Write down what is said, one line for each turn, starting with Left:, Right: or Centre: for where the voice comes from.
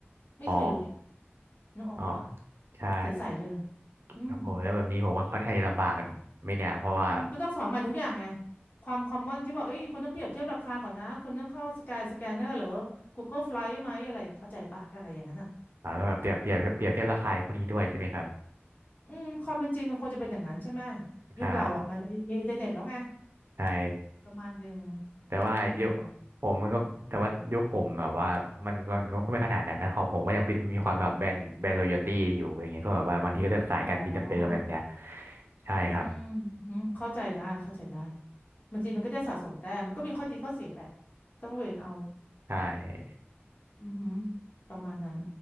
Left: ไม่เคยเลย
Right: อ๋อ
Left: นึกออกปะ
Right: อ๋อใช่
Left: ใสๆเลย
Right: โอ้โหแล้วแบบนี้ผมว่าค่อนข้างจะลำบากไหม่เนี่ยเพราะว่า
Left: อืม อืมก็ต้องสอนใหม่ทุกอย่างไงความคอมมอนที่บอกเอ้ยคุณต้องเปรียบเทียบราคาก่อนนะคุณต้องเข้าสกายสแกนเนอร์หรือ Google Flight ไหมอะไรเข้าใจปะอะไรอย่างนั้นอ่ะ
Right: เราต้องแบบเปรียบเปรียบเปรียบเทียบราคาพวกนี้ด้วยใช่ไหมครับ
Left: อืมความเป็นจริงมันควรจะเป็นอย่างนั้นใช่ไหมยุคเราอ่ะมันมีมีอินเทอร์เน็ตแล้วไง
Right: ใช่ใช่
Left: ประมาณหนึ่ง
Right: แต่ว่ายุค
Left: อืม
Right: ผมมันก็แต่ว่ายุคผมแบบว่ามันมันก็ไม่ขนาดนั้นนะของผมก็ยังเป็นมีความแบบแบรนด์แบรนด์รอยัลตี้อยู่อะไรเงี้ยก็แบบว่าบางทีก็เลือกสายการบินเดิมๆอะไรแบบเนี้ย
Left: อ๋อ
Right: ใช่ครับ
Left: อืมอืมเข้าใจได้เข้าใจได้บางทีมันก็จะสะสมแต้มมันก็มีข้อดีข้อเสียแหละต้องเวทเอา
Right: ใช่
Left: อือหือประมาณนั้น